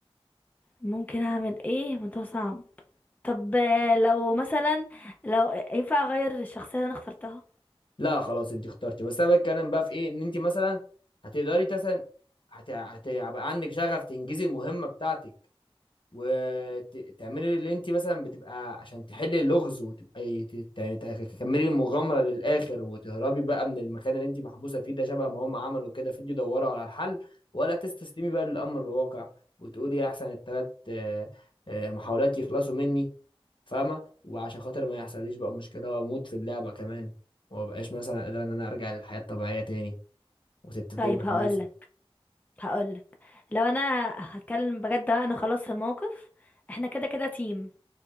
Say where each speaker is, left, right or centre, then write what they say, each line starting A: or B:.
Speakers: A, on the left (about 15°); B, on the left (about 55°).
A: ممكن اعمل ايه ما ده صعب طب آه، لو مثلا لو ينفع اغير الشخصية اللي انا اخترتها
B: لا خلاص انت اخترتي بس انا بتكلم بقى في ايه ان انت مثلا هتقدري مثلا هت... هتبقى عندك شغف تنجزي المهمه بتاعتك وتعملي اللي انت مثلا بتبقى عشان تحلي اللغز وتبقى ت- ت- ت- تكملي المغامره للاخر وتهربي بقى من المكان اللي انت محبوسه فيه ده شبه ما هم عملوا كده فيديو يدوروا على الحل ولا تستسلمي بقى للامر الواقع وتقولي احسن الثلاث محاولات يخلصوا مني فاهمه وعشان خاطر ما يحصليش بقى مشكله واموت في اللعبه كمان وما بقاش مثلا قادره ان انا ارجع للحياه الطبيعيه تاني وتفضلي
A: طيب
B: محبوسه
A: هقولك هقولك لو انا هتكلم بجد بقى، انا خلاص في الموقف احنا كده كده تيم